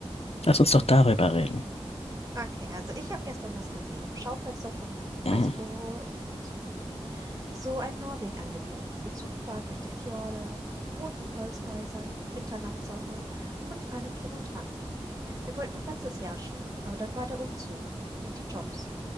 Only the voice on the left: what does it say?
Lass uns doch darüber reden.
Mhm.